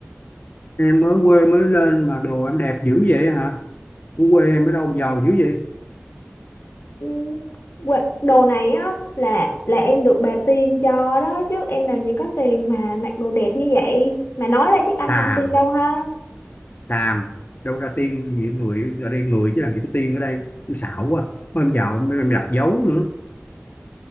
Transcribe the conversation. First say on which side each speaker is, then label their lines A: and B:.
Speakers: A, on the left; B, on the left.
A: Em mới quê mới lên mà đồ em đẹp dữ vậy hả? Ở quê em ở đâu mà giàu dữ vậy?
B: Ừ, quê- đồ này á là là em được bà tiên cho đó chứ em làm gì có tiền mà mặc đồ đẹp như vậy mà nói ra chắc anh
A: Xàm.
B: không tin đâu ha
A: xàm đâu ra tiên gì người ở đây người chứ làm gì có tiên ở đây tôi xạo quá mới em vào mới em đặt dấu nữa